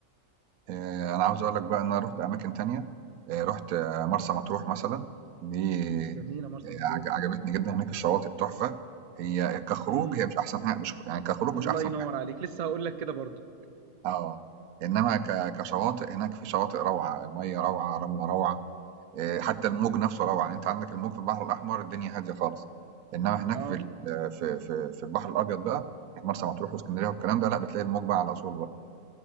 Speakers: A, on the right (about 85°); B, on the right (about 60°).
A: آآ أنا عاوز أقول لك بقى إن أنا رُحت أماكن تانية، آآ رُحت آه، مرسى مطروح مثلًا، دي
B: جميلة مرسى
A: آآ
B: مطروح.
A: عج عجبتني جدًا، هناك الشواطئ تحفة، هي كخروج
B: إمم.
A: هي مش أحسن حاجة مش يعني كخروج مش
B: الله
A: أحسن
B: ينوّر
A: حاجة،
B: عليك، لسه هاقول لك كده برضه.
A: آه، إنما ك كشواطئ هناك في شواطئ روعة، المَيّة روعة، رملة روعة، آآ حتى الموج نفسه روعة، يعني أنت عندك الموج في البحر الأحمر الدنيا هادية خالص، إنما هناك
B: آه،
A: في ال آه، في في في البحر الأبيض بقى، مرسى مطروح وإسكندرية والكلام ده لأ، بتلاقي الموج بقى على أصوله بقى،